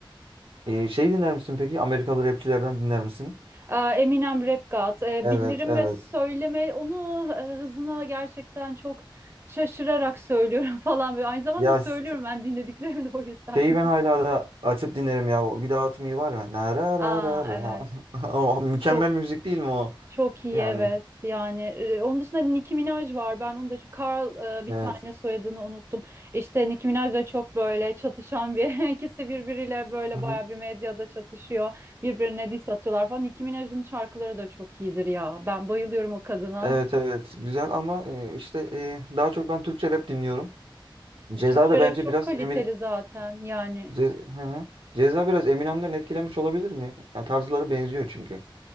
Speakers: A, on the right; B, on the right.
A: Ee, şey dinler misin peki? Amerikalı rapçilerden dinler misin?
B: Aa, Eminem Rap God. Ee,
A: Evet
B: Bildirim
A: evet.
B: ve söyleme onu e, hızına gerçekten çok şaşırarak söylüyorum <laughs> falan böyle. Aynı zamanda
A: Ya
B: söylüyorum
A: ş-
B: ben dinlediklerimi de o yüzden.
A: şeyi
B: <laughs>
A: ben hala da açıp dinlerim ya. O Without Me var ya. Na ra
B: Aa
A: ra ra ra.
B: evet.
A: <laughs> O mükemmel
B: Çok
A: müzik değil mi o?
B: çok iyi
A: Yani
B: evet. Yani e, onun dışında Nicki Minaj var. Ben onu da şu Carl e, bir
A: evet.
B: tane soyadını unuttum. İşte Nicki Minaj da çok böyle çatışan bir <laughs> ikisi birbiriyle böyle
A: Hı hı.
B: bayağı bir medyada çatışıyor. Birbirine diss atıyorlar falan. Nicki Minaj'ın şarkıları da çok iyidir ya. Ben bayılıyorum o kadına.
A: Evet evet güzel ama e, işte e, daha çok ben Türkçe rap dinliyorum. Ceza
B: Türkçe
A: da bence
B: rap çok
A: biraz
B: kaliteli
A: Emin
B: zaten yani.
A: Ce- hı hı. Ceza biraz Eminem'den etkilenmiş olabilir mi? Yani tarzları benziyor çünkü.